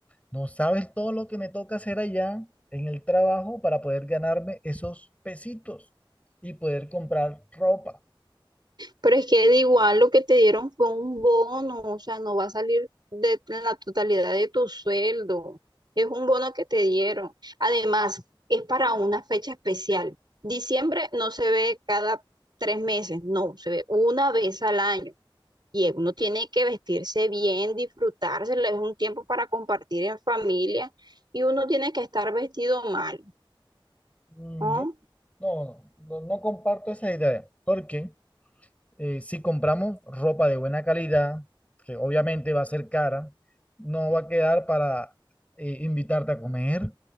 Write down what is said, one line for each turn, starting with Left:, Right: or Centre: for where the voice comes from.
Left: no sabes todo lo que me toca hacer allá en el trabajo para poder ganarme esos pesitos y poder comprar ropa.
Right: Pero es que de igual lo que te dieron fue un bono, o sea, no va a salir de la totalidad de tu sueldo. Es un bono que te dieron. Además, es para una fecha especial. Diciembre no se ve cada tres meses, no, se ve una vez al año. Y uno tiene que vestirse bien, disfrutárselo, es un tiempo para compartir en familia y uno tiene que estar vestido mal.
Left: Mm,
Right: ¿ah?
Left: Yo no, no, no no comparto esa idea porque eh, si compramos ropa de buena calidad, que obviamente va a ser cara, no va a quedar para eh, invitarte a comer,